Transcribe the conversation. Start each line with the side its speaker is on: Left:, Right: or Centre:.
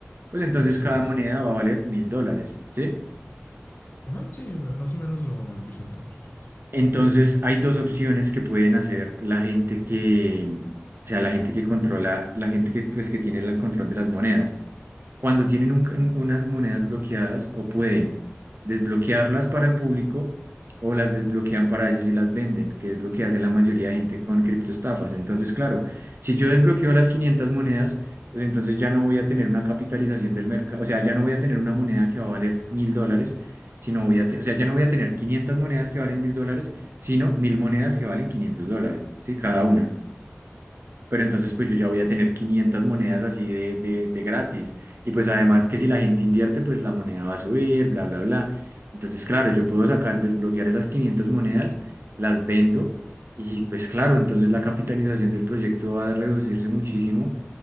Right: Pues entonces
Left: Ah, sí,
Right: cada
Left: sí,
Right: moneda
Left: sí.
Right: va a valer mil dólares, ¿sí?
Left: Ajá, sí, más o menos lo empiezo a entender. Sí, sí.
Right: Entonces,
Left: Sí,
Right: hay dos opciones que pueden hacer la gente que, o sea, la gente que controla, la gente que, pues, que tiene el control de las monedas. cuando tienen un- un- unas monedas bloqueadas o pueden desbloquearlas para el público o las desbloquean para ellos y las venden, que es lo que hace la mayoría de gente con criptoestafas. Entonces, claro, si yo desbloqueo las 500 monedas, pues entonces ya no voy a tener una capitalización del mercado, o sea, ya no voy a tener una moneda que va a valer mil dólares, sino voy a, te- o sea, ya no voy a tener 500 monedas que valen mil dólares, sino mil monedas que valen 500 dólares, ¿sí? Cada una pero
Left: Ujú.
Right: entonces pues yo ya voy a tener 500 monedas así de, de, de gratis. Y pues además que si la gente invierte, pues la moneda va a subir, bla, bla, bla. Entonces, claro, yo puedo sacar, desbloquear esas 500 monedas, las vendo y pues claro, entonces la capitalización del proyecto va a reducirse muchísimo